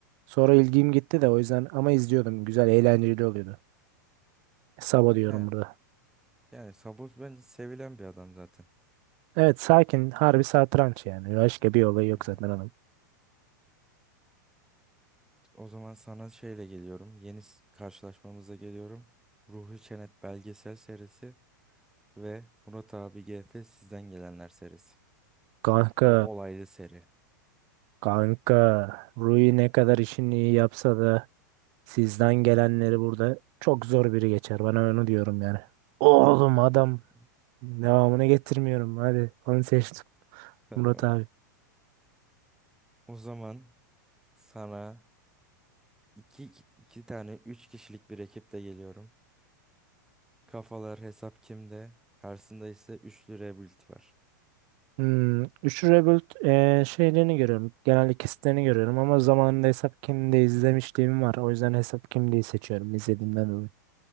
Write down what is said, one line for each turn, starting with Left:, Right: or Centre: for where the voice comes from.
Right: sonra ilgim gitti de o yüzden ama izliyordum. Güzel eğlenceli oluyordu. Sabo diyorum
Centre: Yani,
Right: burada.
Centre: yani Saboz bence sevilen bir adam zaten.
Right: Evet sakin harbi satranç yani. Başka bir olay
Centre: Hı
Right: yok
Centre: hı.
Right: zaten adam.
Centre: O zaman sana şeyle geliyorum. Yeni s- karşılaşmamıza geliyorum. Ruhi Çenet belgesel serisi ve Murat abi GF Sizden Gelenler serisi.
Right: Kanka
Centre: Bu olaylı seri.
Right: Kanka Rui ne kadar işini iyi yapsa da sizden gelenleri burada çok zor biri geçer. Bana onu diyorum yani. Oğlum
Centre: <laughs>
Right: adam devamını getirmiyorum. Hadi onu seçtim
Centre: Tamam.
Right: Murat abi.
Centre: O zaman sana iki, iki tane üç kişilik bir ekiple geliyorum. Kafalar hesap kimde? Karşısında ise üçlü rebuild var.
Right: Hmm, Üçlü Rebuild eee, şeylerini görüyorum. Genelde kesitlerini görüyorum ama zamanında Hesap kimliği izlemişliğim var. O yüzden Hesap kimliği seçiyorum izlediğimden dolayı.